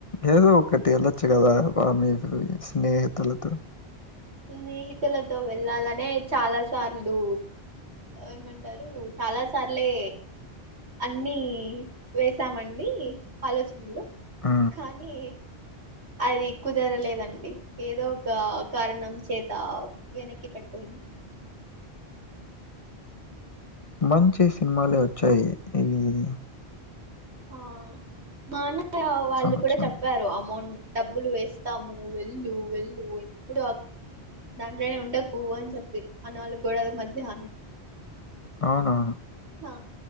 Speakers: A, on the left; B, on the right.
A: ఏదో ఒకటి వెళ్ళొచ్చు కదా ఆ మీ స్నేహితులతో
B: స్నేహితులతో వెళ్లాలనే చాలా సార్లు ఏమంటారు చాలా సార్లే అన్ని వెసామండి ఆలోచనలు
A: ఆ
B: కానీ అది కుదరలేదండి ఏదో ఒక కారణం చేత వెనక్కి పడిపోయింది
A: మంచి సినిమాలే వచ్చాయి ఈ ఉం
B: ఆ మాన్నా వాళ్ళు
A: సంవత్సరంలో
B: కూడా చెప్పారు అమౌంట్ డబ్బులు వేస్తాము వెళ్ళు వెళ్ళు ఎప్పుడు దాంట్లోనే ఉండకు అని చెప్పి అ నాల్గు గోడల మధ్య
A: అవునా
B: అ